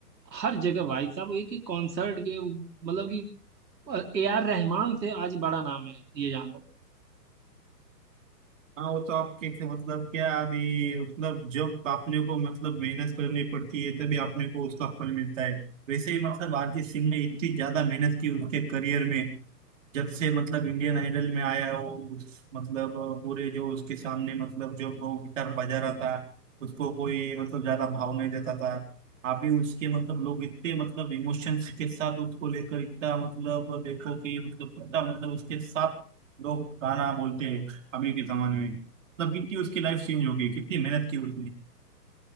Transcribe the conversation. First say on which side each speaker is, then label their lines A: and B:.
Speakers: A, on the right; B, on the right.
A: हर जगह भाई साहब एक एक कॉन्सर्ट के मतलब कि ए आर रहमान से आज बड़ा नाम है ये जान लो
B: हाँ वो तो आपके के- मतलब क्या अभी मतलब जब आपने को मतलब मेहनत करनी पड़ती है तभी आपने को उसका फल मिलता है वैसे ही मतलब आरती सिंह ने इतनी ज्यादा मेहनत की उसके करियर में जब से मतलब इंडियन आइडल में आया हो उस मतलब पूरे जो उसके सामने मतलब जो वो गिटार बजा रहा था उसको कोई मतलब ज्यादा भाव नहीं देता था अभी उसके मतलब लोग इतने मतलब इमोशंस के साथ उसको लेकर इतना मतलब देखो कि मतलब कितना मतलब उसके साथ लोग गाना बोलते हैं अभी के जमाने में मतलब कितनी उसकी लाइफ चेंज हो गई कितनी मेहनत की उसने